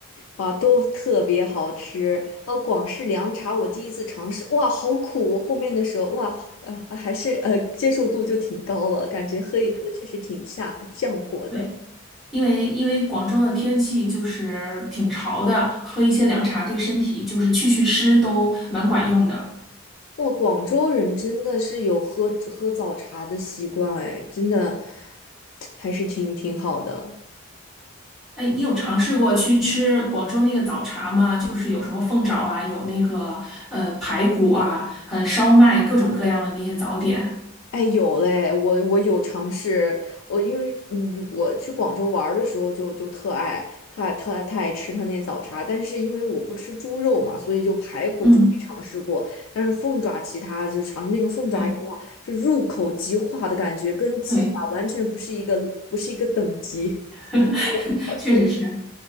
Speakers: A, on the left; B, in the centre.
A: 哇，都特别好吃。呃，广式凉茶我第一次尝试，哇，好苦！后面的时候，哇，呃，还是呃接受度就挺高了，感觉喝一喝确实挺下降火的。
B: 对。因为因为广州的天气就是挺潮的，喝一些凉茶对身体就是去去湿都蛮管用的。
A: 哇，广州人真的是有喝喝早茶的习惯，哎，真的 <tsk> 还是挺挺好的。
B: 哎，你有尝试过去吃广州那个早茶吗？就是有什么凤爪啊，有那个呃排骨啊，呃烧麦，各种各样的那些早点。
A: 哎，有嘞，我我有尝试，我因为嗯，我去广州玩儿的时候就就特爱，特爱特爱特爱吃他那早茶，但是因为我不吃猪肉嘛，所以就排骨就没尝试过，
B: 嗯，
A: 但是凤爪其他就尝试那个凤爪也哇，
B: 对
A: 就入口即化的感觉，跟鸡爪完全不是一个不是一个等级，
B: 对，
A: <laughs>
B: <laughs>
A: 真的很好吃，
B: 确实是。